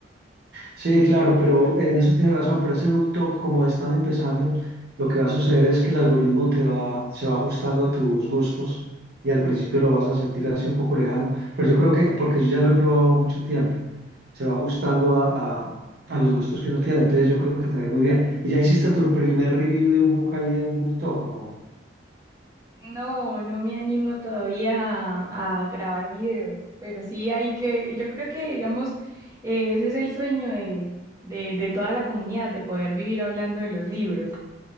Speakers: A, on the right; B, on the right.
A: Sí, claro, pero en eso tienes razón, pero ese ducto, como están empezando, lo que va a suceder es que el algoritmo te va, se va ajustando a tus gustos y al principio lo vas a sentir así un poco lejano, pero yo creo que, porque yo ya lo he probado mucho tiempo, se va ajustando a, a- a los gustos que uno tiene, entonces yo creo que te va a ir muy bien. ¿Y ya hiciste tu primer review de un book ahí en BookTok o no?
B: No, no me animo todavía a, a grabar videos, pero sí hay que, yo creo que, digamos, eh, ese es el sueño de, de, de toda la comunidad, de poder vivir hablando de los libros